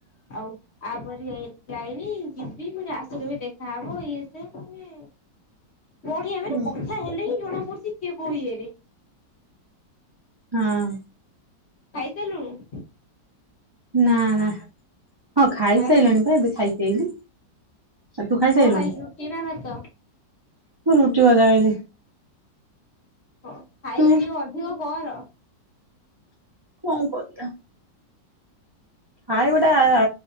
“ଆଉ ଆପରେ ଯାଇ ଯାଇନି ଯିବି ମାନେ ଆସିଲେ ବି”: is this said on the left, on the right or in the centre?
Left